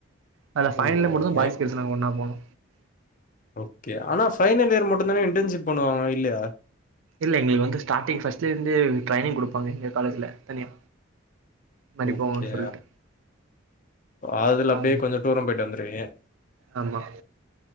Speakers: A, on the right; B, on the left.
A: அதுல ஃபைனல்
B: ஓஹோ
A: இயர் மட்டுதா பாய்ஸ்
B: ஏ
A: கேள்ஸ் எல்லா ஒன்னா போனோ
B: ஓகே ஆனா ஃபைனல் இயர் மட்டுதானே இன்டர்ன்ஷிப் பண்ணுவாங்க இல்லயா
A: இல்ல எங்களுக்கு வந்து ஸ்டார்டிங் ஃபஸ்ட்லேருந்தே ட்ரைனிங் குடுப்பாங்க எங்க காலேஜ்ல தனியா இந்த மாரி
B: ஓகே
A: போங்கன்னு சொல்லிட்டு
B: அதுல
A: ஆ
B: அப்டியே கொஞ்ச டூரும் போயிட்டு வந்துருவீங்க
A: ஆமா